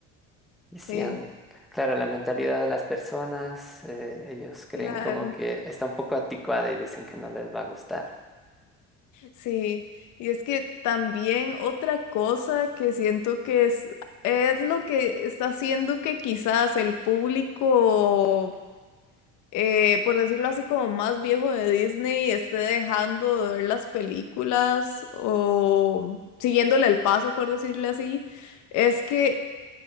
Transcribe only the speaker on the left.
sí,
claro,
sí. Y es que también otra cosa que siento que es, es lo que está haciendo que quizás el público eh, por decirlo así, como más viejo de Disney, esté dejando de ver las películas o siguiéndole el paso, por decirlo así, es que